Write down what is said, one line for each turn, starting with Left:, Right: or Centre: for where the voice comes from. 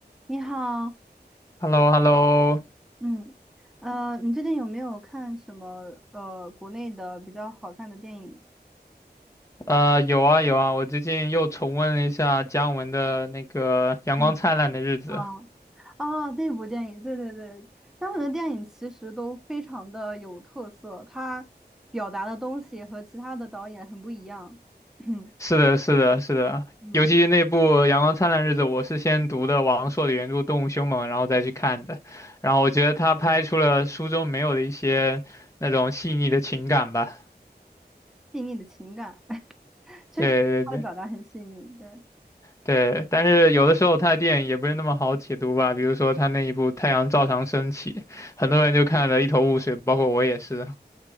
Centre: 你好，
Left: h e l l o h e l l o
Centre: 嗯，呃，你最近有没有看什么呃国内的比较好看的电影？
Left: 呃，有啊有啊，我最近又重温了一下姜文的那个《阳光灿烂的日子》。
Centre: 那部啊，哦，那部电影，对对对，香港的电影其实都非常的有特色，它表达的东西和其他的导演很不一样，<clears throat>
Left: 是的，是的，是的，
Centre: 嗯，
Left: 尤其是那部《阳光灿烂的日子》，我是先读的王朔的原著《动物凶猛》，然后再去看的。然后我觉得他拍出了书中没有的一些那种细腻的情感吧。
Centre: 细腻的情感，<laughs> 确实他的表达很细腻，
Left: 对对对
Centre: 对，
Left: 对，但是有的时候他的电影也不是那么好解读吧，比如说他那一部《太阳照常升起》，很多人就看得一头雾水，包括我也是。